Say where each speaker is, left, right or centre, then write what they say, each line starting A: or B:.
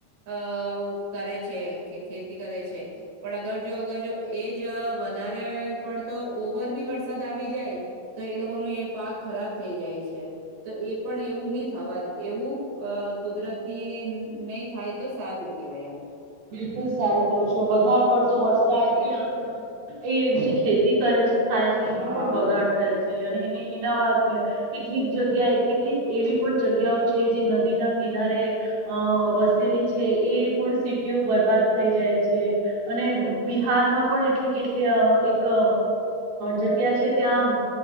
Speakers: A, on the right; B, on the right.
A: અ કરે છે, ખેતી કરે છે પણ અગર જો અગર જો એજ વધારે પડતો ઓવર બી વરસાદ આવી જાય, તો એ લોકોનો એ પાક ખરાબ થઈ જાય છે, તો એ પણ એવુંની થવાં એવું અ કુદરતી નય થાય, તો સારું કહેવાય એમ.
B: બિલકુલ સારું. કહો છો, વધારે પડતો વરસાદ એ હલો. એ જે
A: એમ
B: ખેતી કરે છે, થાય છે,
A: હા હા
B: એનું પણ બગાડ થાય છે. અને એ એના <unintelligible> કેટલીક જગ્યાએ કેટલીક એવી પણ જગ્યાઓ છે, જે નદી ના કિનારે અ વસેલી છે. એ પણ યો બરબાદ થઈ, જાય છે. અને
A: તો
B: બિહારમાં પણ એટલી કેટલી એક જગ્યા છે, ત્યાં